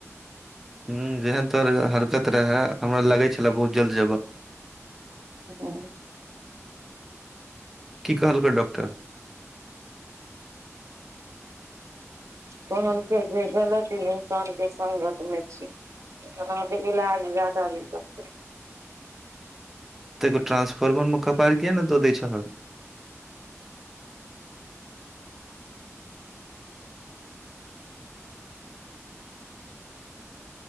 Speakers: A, in the centre; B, on the right.
A: ह जेहन तोहर हरकत रहे हमरा लगै छले बहुत जल्द जेबह।
B: औ
A: कि कहालकै डॉकटर
B: कहलके जे गलत ई इंसान के सगत मे छी। नत लऽ आब जादा द तऽ
A: तो तनंसफर्मर म कपार किए ने दऽ दै छै